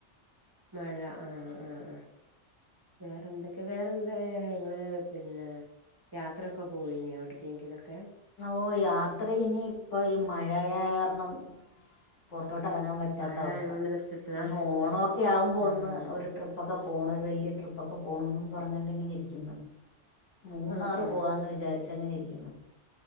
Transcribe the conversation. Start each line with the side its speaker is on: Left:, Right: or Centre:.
Right: മഴ ആഹ് ആഹ് ആ വേറെന്തെ ക്കെ വേറെ എന്താ ഇങ്ങള് പിന്നെ യാത്രൊക്കെ പോയിനിയൊ ഒട്ക്കേങ്കിലൊക്കെ?
Left: ഓ യാത്രയിനിയിപ്പൊ ഈ മഴയായ കാരണം പൊറത്തോട്ടെറങ്ങാൻ പറ്റ
Right: മഴ
Left: ത്ത അവസ്ഥ
Right: ആയോണ്ട് നിർത്തിച്ചതാ
Left: ഇനി ഓണോക്കെയാകുമ്പോ
Right: ആഹ്
Left: ഒന്ന്
Right: അതെ
Left: ഒരു ട്രിപ്പ് പ്പൊക്കെ പോണം ഒരു വല്ല്യ ട്രിപ്പൊക്കെ പോണോന്നും പറഞോണ്ട്ങ്ങനെ ഇരിക്ക്ന്ന് മൂന്നാറ്
Right: ആഹ് ആഹ്
Left: പോവാന്ന് വിചാരിച്ചങ്ങനെയിരിക്ക്ന്നു